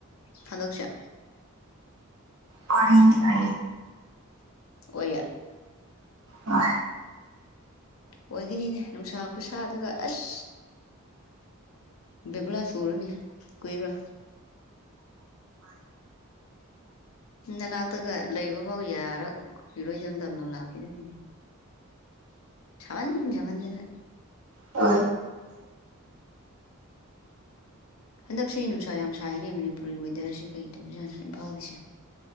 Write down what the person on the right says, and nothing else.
ꯀꯔꯗꯤꯕꯦ
ꯑ
ꯍ